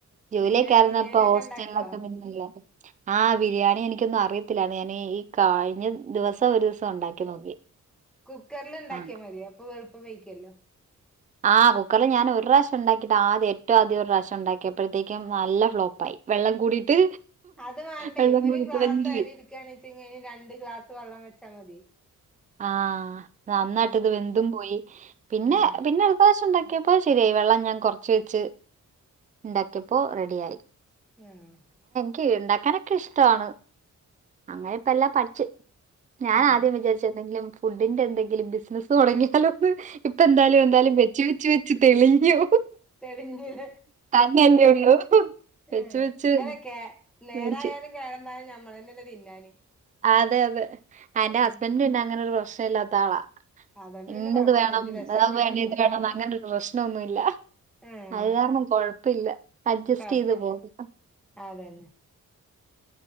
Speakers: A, on the right (about 25°); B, in the centre.
A: ജോലിയൊക്കെ
B: എങ്ങനെ
A: ആരുന്നപ്പം
B: ബിരിയാണി ഒക്കെ
A: ഹോസ്റ്റലിലൊക്കെ
B: ഇണ്ടാക്കോ
A: നിന്നല്ല ആ ബിരിയാണി എനിക്കൊന്നും അറിയത്തില്ല ഞാൻ ഈ കഴിഞ്ഞ ദിവസം ഒരു ദിവസം ഉണ്ടാക്കി നോക്കി
B: കുക്കറൽ ഉണ്ടാക്കിയാ
A: ആ
B: മതിയോ അപ്പൊ എളുപ്പം വേവിക്കല്ലോ
A: ആഹ് കുക്കറിൽ ഞാൻ ഒരു പ്രാവിശ്യ ഉണ്ടാക്കിട്ട് ആദ്യം ഏറ്റവും ആദ്യ ഒരു പ്രാവശം ഉണ്ടാക്കിയപ്പോഴത്തേക്കും നല്ല ഫ്ലോപ്പായി വെള്ളം കൂടിയിട്ട്
B: അത് വേണ്ടേ
A: വെള്ളം
B: ഒരു
A: കൂടിയിട്ട്
B: ഗ്ലാസ്
A: വെന്ത് പോയി
B: അരി എടുക്കണ വെച്ചന് രണ്ട് ഗ്ലാസ് വെള്ളം വെച്ചാൽ മതി
A: ആഹ നന്നായിട്ട്
B: ഉം
A: ഇത് വെന്തും പോയി പിന്നെ
B: ഉം
A: പിന്നെ അടു പ്രാവശ്യം ഉണ്ടാക്കി ക്കപ്പോ ശരിയായി വെള്ളം ഞാൻ കുറച്ച് വെച്ച് ഉണ്ടാക്കിയപ്പോ റെഡിയായി
B: ആഹ
A: കീഴണ്ടാക്കാനൊക്കെ ഇഷ്ടാണ് അങ്ങനെ ഇപ്പ എല്ലാം പഠിച്ചു ഞാൻ
B: ഉം
A: ആദ്യം വിചാരിച്ച എന്തെങ്കിലും ഫുഡിന്റെ എന്തെങ്കിലും ബിസിനസ്സ് തുടങ്ങിയാലോ ഇപ്പ എന്താലും എന്തായാലും വെച്ച് വെച്ച് വെച്ച് തെളിഞ്ഞു
B: തരിഞ്ഞില്ല
A: തന്നെയല്ലേ ഉള്ളൂ വെച്ച്
B: ഉ
A: വെച്ച്
B: അതൊക്കെ നേരായാലും
A: മേടിച്ച്
B: കേടന്നാലും ഞമ്മളന്നല്ലേ തിന്നാന്
A: അതെ അതെ അന്റെ
B: ഉം
A: ഹസ്ബന്ഡ പിന്നെ അങ്ങനെ ഒരു പ്രശ്ന ഇല്ലാത്ത ആളാ
B: അതോണ്ട്
A: ഇങ്ങത്
B: പിന്നെ കൊഴപ്പില്ല
A: വേണം
B: ഇജ്ജ് രക്ഷപ്പെട്ടു
A: വേണം ഇത് വേണം അങ്ങനരു പ്രശ്നം ഒന്നുല്ല
B: ഏഹ്
A: അത്കാരണം കൊഴപ്പില്ല അഡ്ജസ്റ്റ്
B: കൊഴപ്പില്ല
A: ചെയ്ത് പോകും
B: അതന്നെ